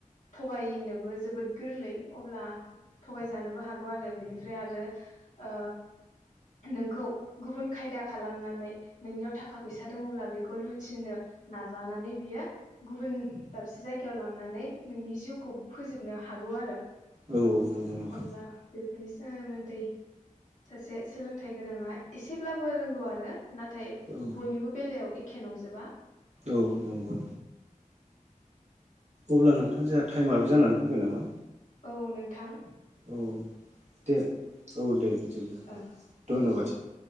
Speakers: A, on the left; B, on the right.
A: थगायनोबो जोबोद गोरलै अब्ला थगायजानोबो हागौ आरो बेनि ओमफ्राय आरो ओ नोंखौ गुबुन खायदा खालामनानै नोंनियाव थाखा फैसा दङब्ला बेखौ लुथिनो नाजानानै बियो गुबुन दाबसे जायगायाव लांनानै नोंनि जिउखौबो फोजोबनो हागौ आरो अब्ला
B: औ नंगौ नोंथां
A: बेफोरनिस सोमोन्दै सासे सोलोंथाइ गोनाङा एसेब्लाबो रोंगौ आरो नाथाय
B: औ
A: बयनिबो बेलायाव एख खे नंजोबा
B: औ नंगौ अब्ला नोंथां जोंहा टाइमाबो जानानै फैबाय नामा?
A: औ नोंथां
B: औ दे औ दे बिदि
A: ओ
B: धन्बाद सै